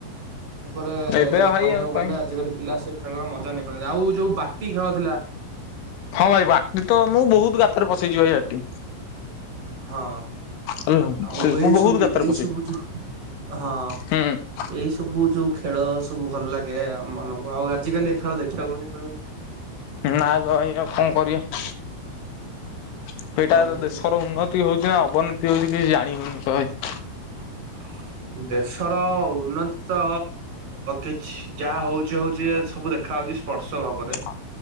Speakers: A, on the right (about 30°); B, on the left (about 75°).
A: ଉପରେ
B: ଏବେ ଭାଇ
A: କହିବାକୁ
B: ଆଉ
A: ଗଲେ
B: କାଇଁ
A: ଆଜିକାଲି ପିଲା ସେ ଖେଳର ମଜା ନେଇ ପାରନ୍ତିନି। ଆଉ ଯୋଉ ବାଟି ଖେଳ ଥିଲା।
B: ହଁ ଭାଇ ବାଟି ତ ମୁଁ ବହୁତ ଗାତରେ ପସେଇଛି ଭାଇ ବାଟି।
A: ହଁ
B: ହେଲା
A: ଆଉ ଏଇସବୁ
B: ମୁଁ ବହୁତ ଗାତରେ
A: ଏଇ
B: ପଶେଇଛି।
A: ସବୁ ଯୋଉ ହଁ
B: ହୁଁ
A: ଏଇ ସବୁ ଯୋଉ ଖେଳ ସବୁ ଭଲ ଲାଗେ ଆମ ମାନଙ୍କୁ। ଆଉ ଆଜିିକାଲି ଏଇ ଖେଳ ଦେଖିବାକୁ ହିଁ ମିଳୁନି।
B: ନା ତ ଏଇ ଆଉ କଣ କରିବା? ସେଇଟା
A: ଉଁ
B: ତ ଦେଶର ଉନ୍ନତି ହଉଛି ନା ଅବନୀତି ହଉଛି କିଛି ଜାଣି ହଉନି ତ ଭାଇ?
A: ହ <inaudible> ଦେଶର ଉନ୍ନତି ତ କିଛି ଯାହା ହଉଛି ହଉଛି ଏ ସବୁ ଦେ ଖା ଯାଉଛି ସ୍ପର୍ଶ ଭାବରେ।
B: ହଁ।